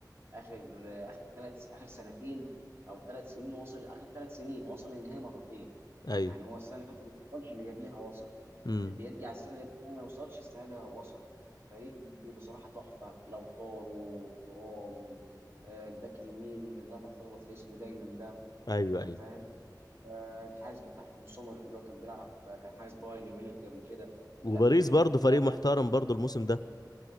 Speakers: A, on the right (about 35°); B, on the left (about 60°).
A: اخر آه، اخر ثلاث اخر سنتين او ثلاث سنين وصل اخر ثلاث سنين وصل النهائي مرتين
B: ايوه
A: يعني هو السنه اللي فاتت ما وصلش اللي قبلها وصل
B: امم
A: بيرجع السنه اللي فاتت ما يوصلش السنه دي هو وصل فريق بصراحه تحفه لو طاروا ترام آه، الباك اليمين اللي انا بتلخبط في اسمه دايما ده
B: ايوه
A: انت
B: ايوه
A: فاهم آه، الحارس بتاعهم سومر اللي هو كان بيلعب آه، كان حارس بايرن ميونخ قبل كده
B: وباريس
A: لا فريق
B: برضه فريق
A: لو
B: محترم برضه الموسم ده